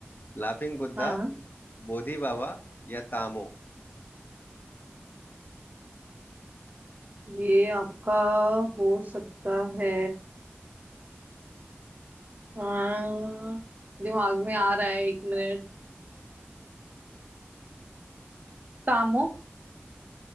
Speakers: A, on the left (about 50°); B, on the right (about 40°).
A: लाफिंग बुद्धा
B: हाँ
A: बोधि बाबा या तामो
B: ये आपका हो सकता है अम, दिमाग में आ रहा है एक मिनट तामो